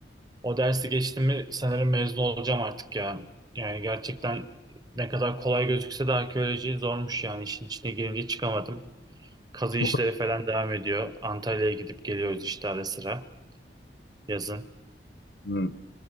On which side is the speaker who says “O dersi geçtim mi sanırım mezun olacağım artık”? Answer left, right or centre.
Right